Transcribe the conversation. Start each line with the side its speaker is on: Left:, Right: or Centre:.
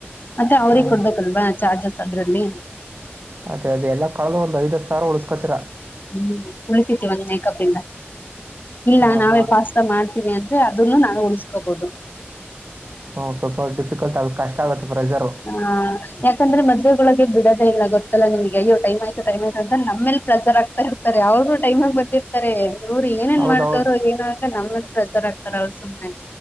Left: ಮತ್ತೆ ಅವ್ರಿಗೆ
Right: ಹಾಂ
Left: ಕೊಡ್ಬೇಕಲ್ವಾ ಚಾರ್ಜಸ್ ಅದ್ರಲ್ಲಿ
Right: ಅದೇ ಅದೆಲ್ಲ ಕಳದ ಒಒಂದ್ ಐದತ್ತು ಸಾವರ ಉಳಿಸ್ಕೋತಿರ
Left: ಹ್ಮ್ ಉಳಿತತಿ ಒಂದ್ ಮೇಕಪ್ ಇಂದ ಇಲ್ಲ
Right: ಹಾಂ
Left: ನಾವೇ
Right: ಹಾಂ
Left: ಪಸ್ ಮಾಡ್ತೀವಿ ಅಂದ್ರೆ ಅದನ್ನು ನಾವು ಉಣಿಸ್ಕೋಬಹುದು
Right: ಹ ಸ್ವಲ್ಪ ಡಿಫಿಕಲ್ಟ್ ಆಗುತ್ತೆ ಕಷ್ಟ ಆಗುತ್ತೆ ಪ್ರೆಷರ್
Left: ಹಾ ಯಾಕಂದ್ರೆ ಮದುವೆೊಳಗೆ ಬಿಡದೇ ಇಲ್ಲ ಗೊತ್ತಲ್ಲಮಗೆಯ್ಯ ಟಮ್ ಆಯ್ತ ಟೈಮ್ ಆಯ್ತ ಅ್ರ ನಮ್ಮೇಲ್ ಸಜರಾಗ್ತಾ ಇರ್ತಾರೆ ಅವರು ಟೈಮ್ಗ ಬಂದಿರ್ತಾರೆ ಅವವರು ಏನೇನ್
Right: ಹೌದೌದು
Left: ಮಾಡ್ತವಾರೋ ಏನ ಅಂತ ನಮ್ಮ ಪ್ರೆಷರ್ ಹಾಕ್ತಾರೆ ಸುಮ್ಮನೆ